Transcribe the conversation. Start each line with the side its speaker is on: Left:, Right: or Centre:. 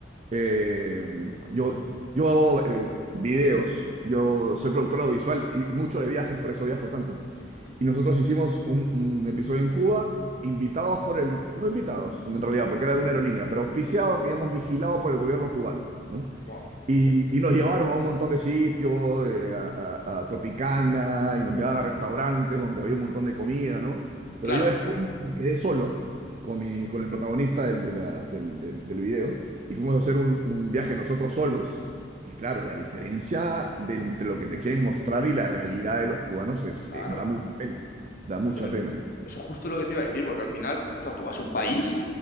Right: Eh, yo, yo hago eh, videos, yo soy productor audiovisual y mucho
Left: Ujú,
Right: de viajes, por eso viajo tanto.
Left: ujú.
Right: Y nosotros hicimos un, un episodio en Cuba, invitados por el, no invitados en realidad, porque era de una aerolínea, pero auspiciado, que digamos, vigilado por el gobierno cubano, ¿no?
Left: Buah,
Right: Y, y nos llevaron a un montón de sitios, eh, a, a- a Tropicana, y nos llevaban a restaurantes donde había un montón de comida, ¿no? Pero
Left: Claro,
Right: yo después me quedé solo con, mi, con el protagonista del, de la- del, del- del video y fuimos a hacer un, un viaje nosotros solos. Y claro, la diferencia de entre lo que te quieren mostrar y la realidad de los cubanos es,
Left: claro.
Right: eh, da mucha pena, da mucha
Left: Eso, eh,
Right: pena. ¿no?
Left: eso es justo lo que te iba a decir, porque al final, o sea, tú vas a un país.